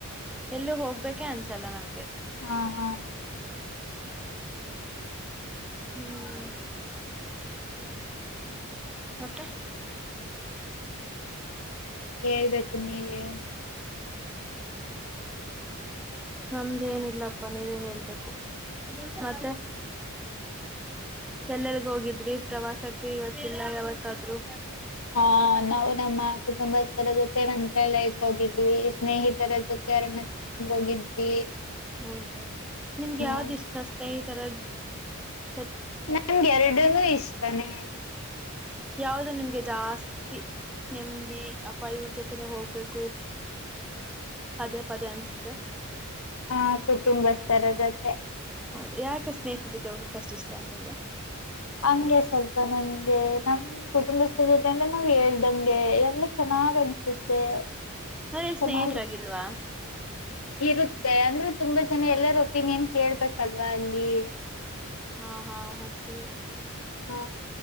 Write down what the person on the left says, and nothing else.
ಹಾ ಹಾ
ಹೇಳ್ಬೇಕು ನೀವೇ
ಹ ನಾವು ನಮ್ಮ ಕುಟುಂಬಸ್ಥರ ಜೊತೆ ಒಂದ್ರೆ ಲೈಕ್ ಹೋಗಿದ್ವಿ ಸ್ನೇಹಿತರ ಜೊತೆ ಅಣ ಚಲಂದ ಹೋಗಿದ್ವಿ
ಹ್ಮ್
ನನ್ಗೆರಡುನು ಇಷ್ಟನೆ
ಹ ಕುಟುಂಬಸ್ಥರ ಜೊತೆ
ಹಂಗೆ ಸ್ವಲ್ಪ ನನ್ ನಮ್ ಕುಟುಂಬಸ್ಥರ ಜೊತೆ ಅಂದ್ರೆ ನಾವ್ ಹೇಲದಂಗೆ ಎಲ್ಲ ಚೆನ್ನಾಗ್ ಅನ್ಸುತ್ತೆ
ಚೆನ್ನಾಗಿ
ಇರುತ್ತೆ ಅಂದ್ರೆ ತುಂಬಾ ಜನ ಎಲ್ಲರ ಒಪಿನಿಯನ್ ಕೇಳ್ಬೇಕಲ್ವಾ ಅಲ್ಲಿ
ಹ್ಮ.